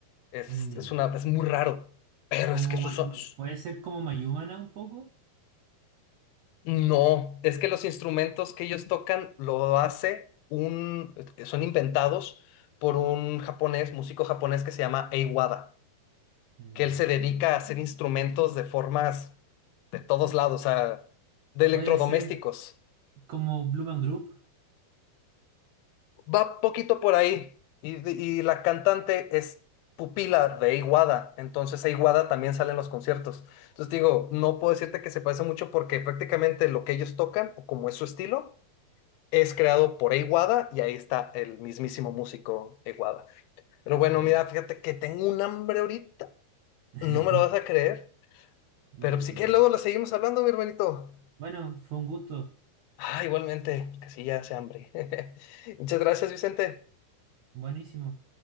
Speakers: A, on the left (about 80°); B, on the right (about 80°).
A: Es,
B: Ya.
A: es una, es muy raro, pero
B: Como,
A: es que sus,
B: May- puede ser como Mayumana un poco.
A: No, es que los instrumentos que ellos tocan lo hace un, eh, son inventados por un japonés, músico japonés que se llama Eiwada,
B: Ya.
A: que él se dedica a hacer instrumentos de formas de todos lados, o sea, de electrodomésticos.
B: Puede ser como Blue Man Group.
A: Va poquito por ahí. Y, de- y la cantante es pupila de Eiwada, entonces Eiwada también sale en los conciertos. Entonces digo, no puedo decirte que se parece mucho porque prácticamente lo que ellos tocan, o como es su estilo, es creado por Eiwada y ahí está el mismísimo músico Eiwada. Pero bueno,
B: Sí.
A: mira, fíjate que tengo un hambre ahorita,
B: <laughs>
A: no me lo vas a creer,
B: No
A: pero
B: te
A: si
B: preocupes.
A: quieres luego lo seguimos hablando, mi hermanito.
B: Bueno, fue un gusto.
A: Ah, igualmente, que sí, ya hace hambre. <laughs> Muchas gracias, Vicente.
B: Buenísimo.